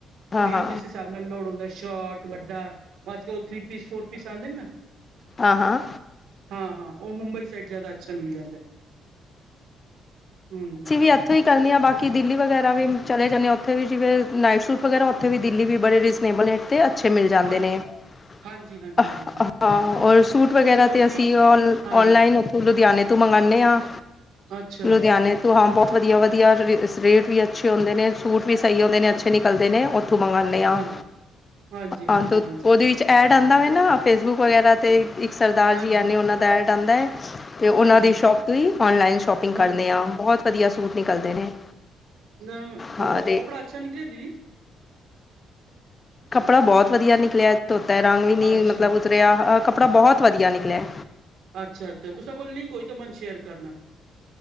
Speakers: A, on the left; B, on the right.
A: ਹਾਂ
B: ਕੁੜੀਆਂ
A: ਹਾਂ
B: ਨੂੰ ਜਿਸ ਹਿਸਾਬ ਨਾਲ ਲੋੜ ਹੁੰਦੈ ਸ਼ੋਟ, ਵੱਡਾ। ਅੱਜ-ਕੱਲ ਓ ਥ੍ਰੀ ਪੀਸ, ਫੋਰ ਪੀਸ ਆਂਦੇ ਨ ਨਾ
A: ਆ ਹਾਂ।
B: ਹਾਂ ਹਾਂ ਉਹ ਮੁੰਬਈ ਸਾਇਡ ਜਾਦਾ ਅੱਛਾ ਮਿਲ ਜਾਂਦੈ। ਹੂੰ, ਹ।
A: ਕੇ ਐਥੋਂ ਈ ਕਰਨੇ ਆ ਬਾਕੀ ਦਿੱਲੀ ਵਗੈਰਾ ਵੀ ਚਲੇ ਜਾਂਨੇਂ ਆਂ, ਓੱ‍ਥੇ ਵੀ ਜਿਵੇਂ ਨਾਈਟ ਸੂਟ ਵਗੈਰਾ ਓੱਥੇ ਵੀ ਦਿੱਲੀ ਵੀ ਬੜੇ ਰਿ ਨੇਬਲ ਰੇਟ ਤੇ ਅੱਛੇ ਮਿਲ ਜਾਂਦੇ
B: ਹਾਂਜੀ
A: ਨੇ ਅ
B: ਹਾਂਜੀ ਹਾਂਜੀ
A: ਅ
B: ਹਾਂਜੀ
A: ਹਾਂ ਓਰ ਸੂਟ ਵਗੈਰਾ
B: ਸਰੋਜਨੀ
A: ਤੇ ਅਸੀ ਓਲ
B: ਹਾਂ
A: ਓਨਲਾਈਨ ਓਥੋਂ ਲੁਧਿਆਨੇ ਤੋ ਮੰਗਾਨੇ ਆ।
B: ਅੱਛਾ।
A: ਲੁਧਿਆਨੇ ਤੋ, ਹਾਂ ਬੋਤ ਵਦੀਆ-ਵਦੀਆ ਰ ਰ ਰੇਟ ਵੀ ਅੱਛੇ ਹੁੰਦੇ ਨੇ, ਸੂਟ ਵੀ ਸਈ ਓਂਦੇ ਨੇ, ਅੱਛੇ ਨਿਕਲਦੇ ਨੇ ਓ ਮੰਗਾਨੇ ਆ,
B: ਹਾਂ ਹਾਂਜੀ, ਹਾਂਜੀ,
A: ਆ
B: ਹਾਂਜੀ,
A: ਓਦੇ ਵਿੱਚ ਐਡ ਤਾਂਦਾ ਵੇ ਨਾ, ਫੇਸਬੁੱਕ ਵਗੈਰਾ ਤੇ ਇ ਇੱਕ ਸਰਦਾਰ
B: ਹਾਂਜੀ,
A: ਜੀ ਆਨੇ ਓਨਾਂ ਦਾ ਐਡ ਆਂਦਾ ਏ। ਤੇ ਓਨਾਂ
B: ਹਾਂਜੀ,
A: ਦੀ ਸ਼ੋਪ ਤੋ ਈ ਓਨਲਾਈਨ ਸ਼ੋਪਿੰਗ
B: ਹੂੰ
A: ਕਰਨੇ ਆ, ਬੋਤ ਵਦੀਆ ਸੂਟ ਨਿਕਲਦੇ ਨੇ।
B: ਨ,
A: ਹਾਂ
B: ਕੱਪੜਾ
A: ਤੇ
B: ਅੱਛਾ ਨਿਕਲੇਆ ਜੀ?
A: ਕੱਪੜਾ ਬੋਤ ਵਧੀਆ ਨਿਕਲੇਐ, ਧੋਤੈ ਰਾੰਗ ਵੀ ਨੀ
B: ਅੱਛਾ,
A: ਮਤਲਬ ਉਤਰੇਆ ਅ ਖੱਪ ਕੱਪੜਾ ਬੋਤ ਵਧੀਆ ਨਿਕਲੇਐ।
B: ਅੱਛਾ-ਅੱਛਾ ਤੁਸਾ ਕੋਲ ਲਿੰਕ ਹੋਈ ਤੇ ਮੈਨ ਸ਼ੇਅਰ ਕਰਨਾ।